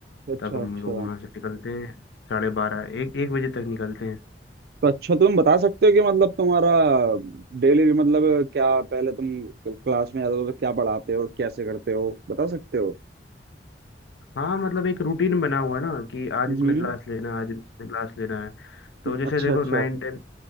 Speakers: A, on the right; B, on the left.
A: अच्छा
B: तब हम
A: अच्छा
B: लोग वहाँ से निकलते हैं साढ़े बारह एक एक बजे तक निकलते हैं
A: तो अच्छा तुम बता सकते हो कि मतलब तुम्हारा डेली मतलब क्या पहले तुम क्लास में जाते हो तो क्या पढ़ाते हो कैसे करते हो बता सकते हो
B: हाँ मतलब एक रूटीन बना हुआ है ना कि आज
A: हम्म
B: इसमें क्लास लेना है आज इसमें क्लास लेना है तो जैसे
A: अच्छा
B: देखो
A: अच्छा
B: नाइन टेन